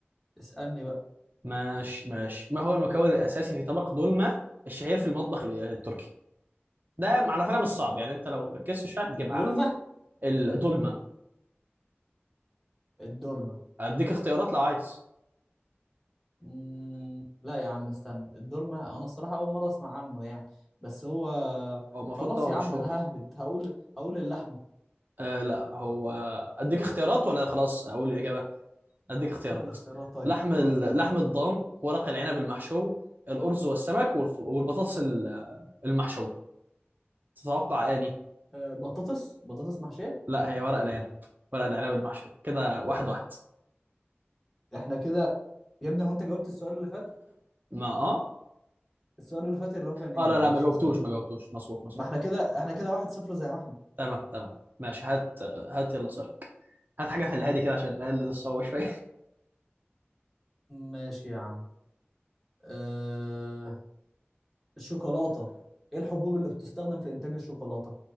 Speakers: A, in the centre; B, on the right.
A: اسألني بقى
B: ماشي ماشي ما هو المكون الأساسي في طبق دولمة الشهير في المطبخ ال- التركي ده على فكرة مش صعب يعني أنت لو ركزت شوية هتجيبها
A: يلمة
B: عادي الدولمة
A: الدولمة
B: أديك اختيارات لو عايز
A: مم... لا يا عم استنى الدولمة انا الصراحة اول مرة اسمع عنه يعني بس هو
B: هو المفروض
A: خلاص
B: طبق
A: يا
B: مشهور
A: عم انا ههبد هقول هقول اللحمة
B: أه لا هو أديك اختيارات ولا خلاص أقول الإجابة اديك اختيارات
A: قول الاختيارات طيب
B: لحم
A: قول
B: ال-
A: الاختيارات
B: لحم الضان ورق العنب المحشو الارز والسمك والف- والبطاطس ال- المحشوه تتوقع اني
A: آه، بطاطس بطاطس محشية
B: لا هي ورق العنب ورق العنب المحشو كده واحد واحد
A: احنا كده يا ابني هو انت جاوبت السؤال اللي فات
B: ما اه
A: السؤال اللي فات اللي هو كان ايه
B: اه لا
A: معلش
B: لا ما جاوبتوش
A: ثانية انا
B: ما جاوبتوش مظبوط مظبوط
A: ما احنا
B: خلاص
A: كده احنا كده واحد صفر زي ما احنا
B: تمام تمام ماشي هات هات يلا سؤالك هات حاجه في الهادي كده عشان نقلل الصعوبه شويه
A: ماشي يا عم اه... الشوكولاتة ايه الحبوب اللي بتستخدم في انتاج الشوكولاتة